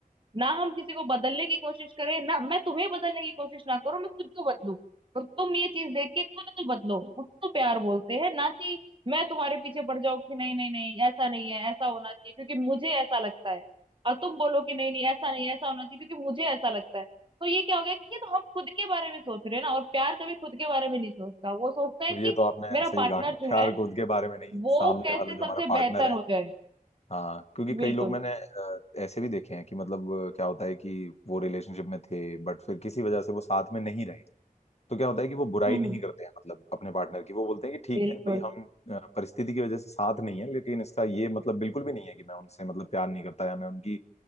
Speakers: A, on the right; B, on the left.
A: ना हम किसी को बदलने की कोशिश करें ना मैं तुम्हें बदलने की कोशिश ना करूं मैं खुद को बदलूं और तुम ये चीज देख के खुद को बदलो उसको प्यार बोलते हैं ना कि मैं तुम्हारे पीछे पड़ जाऊं कि नहीं नहीं नहीं ऐसा नहीं है ऐसा होना चाहिए क्योंकि मुझे ऐसा लगता है और तुम बोलो कि नहीं नहीं ऐसा नहीं है, ऐसा होना चाहिए क्योंकि मुझे ऐसा लगता है तो ये क्या हो गया कि तो हम खुद के बारे में सोच रहे हैं ना और प्यार कभी खुद के बारे में नहीं सोचता वो सोचता है कि
B: ये तो आपने
A: मेरा
B: सही
A: पार्टनर
B: कहा कि
A: जो
B: प्यार
A: है
B: खुद के बारे में नहीं
A: वो
B: सामने
A: कैसे
B: वाला जो हमारा
A: सबसे
B: पार्टनर
A: बेहतर
B: है
A: हो जाए
B: हाँ क्योंकि कई
A: बिल्कुल
B: लोग मैंने अ, ऐसे भी देखे हैं कि मतलब अ, क्या होता है कि वो रिलेशनशिप में थे बट फिर किसी वजह से वो साथ में नहीं रहे तो क्या होता है कि वो बुराई
A: हम्म
B: नहीं
A: हम्म,
B: करते हैं मतलब अपने पार्टनर की वो बोलते हैं कि ठीक
A: बिल्कुल
B: है भाई हम अ, परिस्थिति की वजह से साथ नहीं है लेकिन इसका ये मतलब बिल्कुल भी नहीं है कि मैं उनसे मतलब प्यार नहीं करता या मैं उनकी